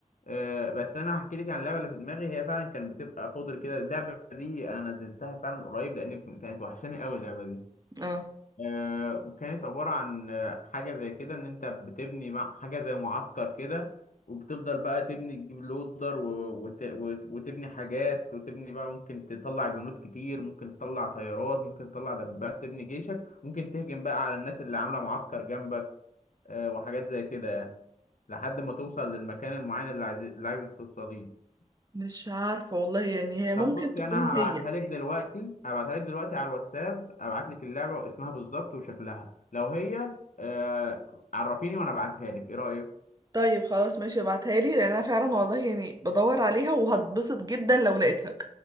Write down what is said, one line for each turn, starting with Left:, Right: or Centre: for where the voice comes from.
Left: آه بس انا هحكي لك عن اللعبه اللي في دماغي هي فعلا كانت بتبقى قدر كده اللعبه دي انا نزلتها فعلا قريب لان كانت وحشاني قوي اللعبه دي
Right: اه
Left: آه، وكانت عبارة عن آه، حاجة زي كده إن أنت بتبني مع حاجة زي معسكر كده وبتفضل بقى تبني تجيب لودر و- وت... وت- وتبني حاجات وتبني بقى ممكن تطلع جنود كتير ممكن تطلع طيارات ممكن تطلع دبابات تبني جيشك ممكن تهجم بقى على الناس اللي عاملة معسكر جنبك آه، وحاجات زي كده يعني لحد ما توصل للمكان المعين اللي عايز اللي عايزك توصليه
Right: مش عارفة والله يعني هي
Left: طب
Right: ممكن
Left: بصي
Right: تكون
Left: انا هبعتها
Right: هي
Left: لك دلوقتي هبعتها لك دلوقتي على الواتساب ابعت لك اللعبه واسمها بالظبط وشكلها لو هي آه عرفيني وانا ابعتها لك ايه رايك
Right: طيب خلاص ماشي ابعتها لي لان انا فعلا والله يعني بدور عليها وهتبسط جدا لو لقيتها